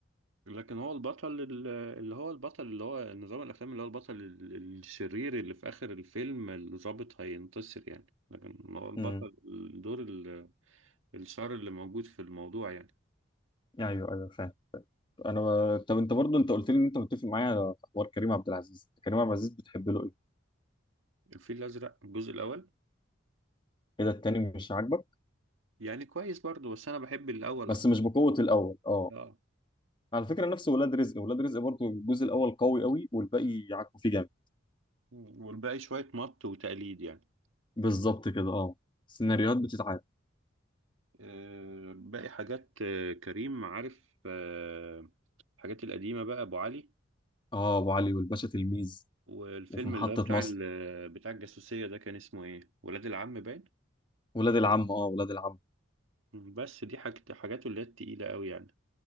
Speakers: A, on the right (about 90°); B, on the left (about 25°).
A: لكن هو البطل ال- اللي هو البطل اللي هو نظام الافلام اللي هو البطل ال- الشرير اللي في اخر الفيلم الضابط هينتصر يعني لكن هو البطل
B: امم
A: الدور ال- الشر اللي موجود في الموضوع يعني
B: ايوه ايوه فاهم انا طب انت برضو انت قلت لي ان انت متفق معايا على حوار كريم عبد العزيز كريم عبد العزيز بتحب له ايه
A: الفيل الازرق الجزء الاول
B: ايه ده التاني مش عاجبك
A: يعني كويس برضه بس انا بحب الاول
B: بس
A: اكتر
B: مش بقوة الاول اه
A: اه
B: آه. على فكرة نفس ولاد رزق ولاد رزق برضو الجزء الاول قوي قوي والباقي يعكوا فيه جامد
A: والباقي شوية مط وتقليد يعني
B: بالظبط كده اه السيناريوهات بتتعاد
A: آه، باقي حاجات آه، كريم عارف آه، الحاجات القديمة بقى ابو علي
B: اه ابو علي والباشا تلميذ
A: والفيلم
B: وفي محطة
A: اللي هو بتاع
B: مصر
A: ال- بتاع الجاسوسية ده كان اسمه ايه ولاد العم باين
B: ولاد العم اه ولاد العم
A: بس دي حاجة حاجاته اللي هي التقيلة قوي يعني